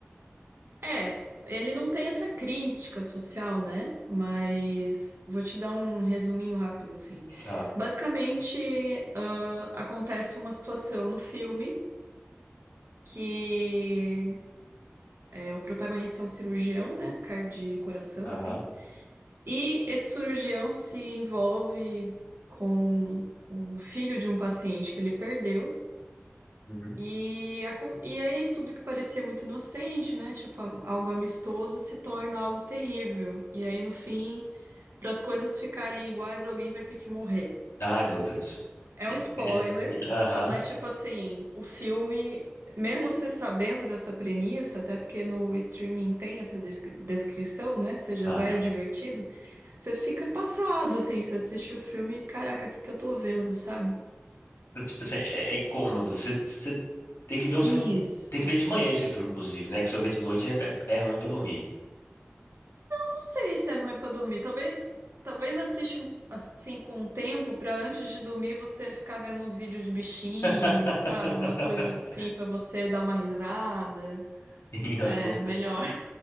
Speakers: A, on the right; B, on the left.
A: É, ele não tem essa crítica social, né? Mas vou te dar um resuminho rápido, assim.
B: Ah,
A: Basicamente, ah, acontece uma situação no filme que é, o protagonista é um cirurgião, né? Cardio e coração,
B: aham.
A: assim. E esse cirurgião se envolve com o filho de um paciente que ele perdeu.
B: uhum.
A: E, acon- e aí tudo que parecia muito inocente, né? Tipo, a- algo amistoso se torna algo terrível. E aí, no fim, para as coisas ficarem iguais, alguém vai ter que morrer.
B: Ai, meu Deus do céu.
A: É
B: É,
A: um spoiler,
B: é, é, Aham,
A: mas tipo assim, o filme, mesmo você sabendo dessa premissa, até porque no streaming tem essa descri- descrição, né? Você já
B: aham.
A: vai advertido, você fica passado, assim, você assiste o filme, caraca, o que que eu tô vendo, sabe?
B: Isso, Tipo assim, é, é incômodo. Você você tem que ver um
A: Isso.
B: filme. Tem que ver de manhã esse filme, inclusive, né? Que só ver de noite é, é, é ruim pra dormir.
A: Não sei se é ruim pra dormir. Talvez, talvez assiste um, assim com um tempo pra antes de dormir você ficar vendo uns vídeos de bichinho,
B: <laughs>
A: sabe? Uma coisa assim pra você dar uma risada.
B: É
A: É
B: algo
A: melhor.